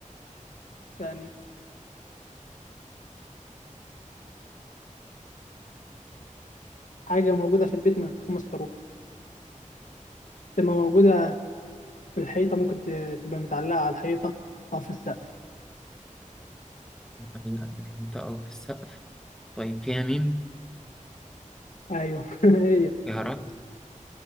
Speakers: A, on the left; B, in the centre.
A: ثانية حاجة موجودة في البيت من خمس حروف تبقى موجودة في الحيطة ممكن ت- تبقى متعلقة على الحيطة أو في السقف
B: لا، أنت أو في السقف طيب فيها ميم
A: أيوه <laughs> هي
B: فيها را